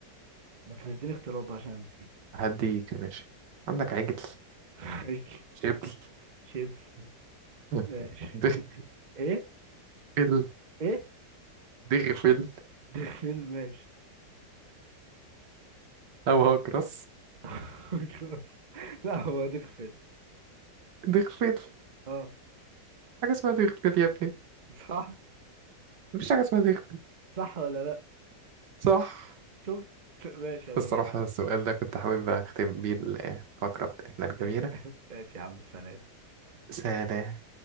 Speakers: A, on the right; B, on the right.
A: ده انت تديني اختيارات بقى عشان نسيت
B: هديك ماشي عندك عجل
A: <laughs>
B: شبل
A: شيبس
B: <laughs>
A: ماشي
B: دغ-
A: ايه
B: دغفل
A: ايه
B: دغفل
A: دغفل ماشي
B: أو هكرس
A: <laughs> خلاص لا هو دغفل
B: دغفل
A: اه
B: حاجة اسمها دغفل يا ابني
A: صح
B: مفيش حاجة اسمها دغفل
A: صح ولا لا
B: صح
A: شفت ماشي يا مولى
B: الصراحة
A: حبيبي
B: السؤال ده كنت حابب أختم بيه الفقرة بتاعتنا الجميلة
A: <laughs> ماشي يا عم سلام
B: سلام